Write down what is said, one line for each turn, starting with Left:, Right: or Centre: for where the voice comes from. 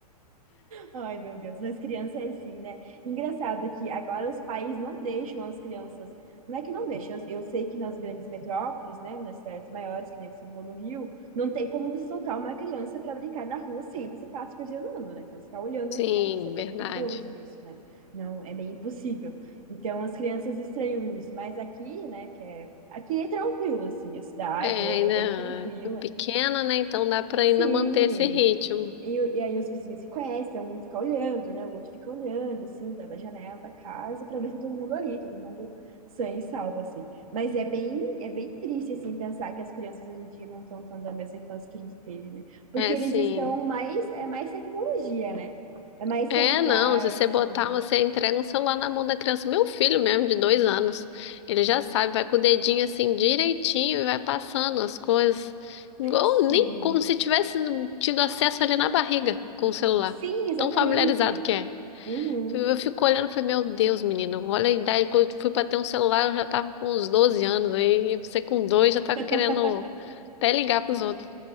Right: Ai, meu Deus, mas criança é assim, né? Engraçado que agora os pais não deixam as crianças. Não é que não deixam, eu, eu sei que nas grandes metrópoles, né, nas cidades maiores, que nem você falou no Rio, não tem como você soltar uma criança para brincar na rua sem você estar tá supervisionando, né? Então, você tá olhando
Left: Sim,
Right: a criança, é até
Left: verdade.
Right: perigoso isso, né? Não, é meio impossível. Então, as crianças estranham isso, mas aqui, né, que é. Aqui é tranquilo, assim, a cidade
Left: É,
Right: é
Left: ainda
Right: é bem tranquila.
Left: pequena, né? Então dá pra
Right: Sim,
Left: ainda manter esse ritmo.
Right: e, o- e aí os vizinhos se conhecem, um fica olhando, né? O outro fica olhando, assim, da, da janela da casa, pra ver se tá todo mundo ali, todo mundo sã e salvo, assim. Mas é bem, é bem triste, assim, pensar que as crianças hoje em dia não estão tendo a mesma infância que a gente teve, né? Porque
Left: É,
Right: eles
Left: sim.
Right: estão mais, é mais tecnologia, né? É mais
Left: É,
Right: celular,
Left: não, se você
Right: assim.
Left: botar, você entrega um celular na mão da criança. Meu filho mesmo, de dois anos, ele já sabe, vai com o dedinho assim direitinho e vai passando as coisas. Igual,
Right: Sim.
Left: nem como se tivesse tido acesso ali na barriga com o celular.
Right: Sim, exatamente.
Left: Tão familiarizado que é.
Right: Uhum.
Left: Eu fico olhando e falei, meu Deus, menino, olha a idade, quando eu fui pra ter um celular, eu já tava com uns 12 anos, aí você com dois já tá
Right: <laughs>
Left: querendo até ligar pros outros.